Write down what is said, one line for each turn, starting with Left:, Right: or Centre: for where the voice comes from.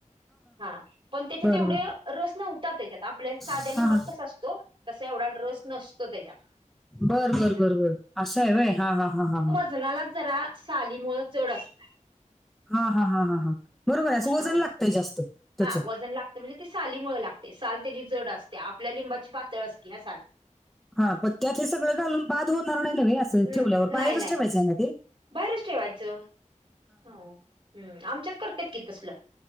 Right: हा पण त्याच्या
Centre: बरोबर
Right: एवढे रस नव्हता त्याच्यात. आपल्याल साध्या
Centre: हा
Right: लिंबात
Centre: हा
Right: कसा असतो, तसा एवढा रस नसतो त्याच्यात.
Centre: बरं बर
Right: हम्म
Centre: बरं बरं असं आहे वय हा हा हा हा
Right: वजनाला जरा सालीमुळे जड असते.
Centre: हा हा हा हा बरोबर आहे असं
Right: हा
Centre: वजन लागतंय जास्त. त्याचं
Right: हा वजन लागते म्हणजे ती सालीमुळे लागते साल त्याची जड असते आपल्या लिंबाची पातळ असती ना साल.
Centre: हा पण त्यात हे सगळं घालून बाद होणार नाही वे असं
Right: न-
Centre: ठेवल्यावर बाहेरच
Right: नाही नाही
Centre: ठेवायचं आहे ना ते?
Right: बाहेरच ठेवायचं. हा हम्म आमच्यात करत्यात की तसलं.